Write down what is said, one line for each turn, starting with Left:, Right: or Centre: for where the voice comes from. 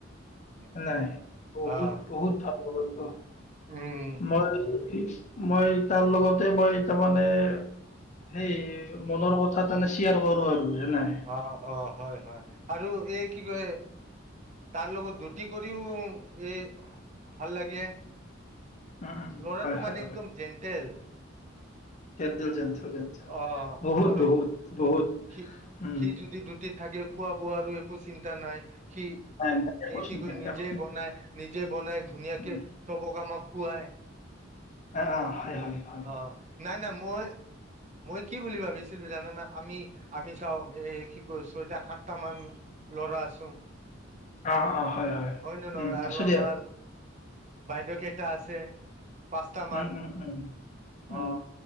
Right: উম,
Left: নাই বহুত
Right: আহ,
Left: বহুত ভাল অ
Right: উম,
Left: মই মই তাৰ লগতে মই তাৰ মানে সেই মনৰ কথা তাৰমানে শ্বেয়াৰ কৰো আৰু নাই
Right: অ অ হয় হয় আৰু এক কি কয় তাৰ লগত ডিউটি কৰিও এই ভাল লাগে
Left: উম, উম,
Right: ল'ৰাটো
Left: হয়, হয়,
Right: মানে একদম
Left: হয়
Right: জেণ্টেল
Left: জেণ্টেল, জেণ্টেল, জেণ্টোল
Right: অ',
Left: বহুত
Right: আৰু
Left: বহুত বহুত
Right: সি
Left: উম
Right: সি যদি ডিউটি থাকে খোৱা বোৱাৰো একো চিন্তা নাই। সি
Left: নাই নাই একো
Right: এই কি
Left: চিন্তা
Right: কয়
Left: নাই
Right: নিজে
Left: একো চিন্তা
Right: বনাই
Left: নাই
Right: নিজে বনাই ধুনীয়াকে
Left: উম,
Right: চবকে আমাক খুৱায়
Left: অ', অ', হয়, হয়, হয়।
Right: আহ। নাই নাই মই মই কি বুলি ভাবিছিলোঁ জানানা আমি আমি চাওঁ। এই কি কয় ছয়টা সাতটা মান ল'ৰা আছো।
Left: অ অ হয় হয়
Right: নে নহয়
Left: উম
Right: আৰু
Left: আছো দিয়া
Right: আমাৰ
Left: উ
Right: বাইদেউ কেইটা আছে? পাঁচটা মান,
Left: উম উম উম উম
Right: অ